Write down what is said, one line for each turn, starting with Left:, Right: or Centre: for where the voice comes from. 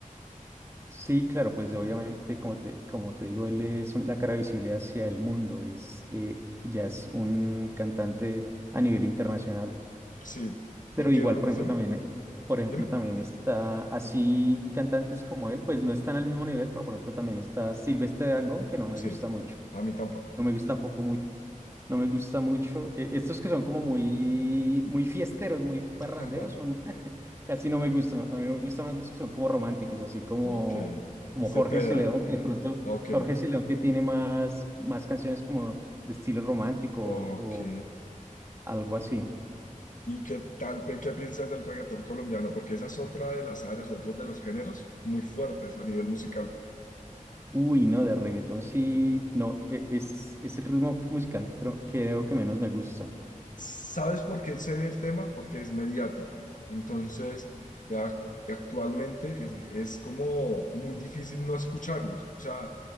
Right: Sí, claro, pues obviamente, como te, como te digo, él es un- la cara visible hacia el mundo, es, eh, ya es un cantante a nivel internacional.
Left: Sí. ¿Y
Right: Pero
Left: qué?
Right: igual,
Left: o-
Right: por
Left: ¿Sí?
Right: ejemplo, también, eh, por ejemplo,
Left: ¿Dime?
Right: también está así cantantes como él, pues no están al mismo nivel, pero por ejemplo también está Silvestre Dangond, que no me gusta
Left: Sí.
Right: mucho.
Left: A mí tampoco.
Right: No me gusta tampoco No me gusta mucho. Eh, estos que son como muy, muy fiesteros, muy parranderos,
Left: <laughs>
Right: son <laughs> casi no me gustan. A mí me gustan más los que son como románticos, así como,
Left: Ok.
Right: como
Left: Cepeda.
Right: Jorge Celedón, que de Ok. pronto
Left: Ok.
Right: Jorge Celedón que tiene más, más canciones como de estilo romántico
Left: Ok.
Right: o, o algo así.
Left: ¿Y qué tal, pe- qué piensas del reggaetón colombiano? Porque esa es otra de las áreas, otro de los géneros muy fuertes a nivel musical.
Right: Uy, no, de reggaetón sí, no, e- es, es el ritmo musical que creo, creo que menos me gusta.
Left: ¿Sabes por qué sé del tema? Porque es mediático. Entonces, a- actualmente es, es como muy difícil no escucharlos. O sea,